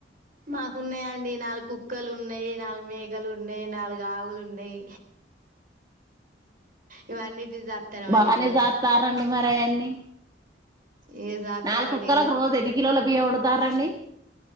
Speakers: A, on the right (about 50°); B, on the right (about 20°).
A: మాకున్నాయండి నాలుగు కుక్కలు ఉన్నాయి నాలుగు మేకలు ఉన్నాయి నాలుగు ఆవులు ఉన్నాయి ఇవి అన్నిటిని సాత్తనామండి
B: బానే
A: మేము
B: సాత్తారండి మరి అయన్నీ
A: ఇగ సాత్తానమండి
B: నాలుగు కుక్కలకు రోజు ఎన్ని కిలోల బియ్యం ఒండుతారు అండి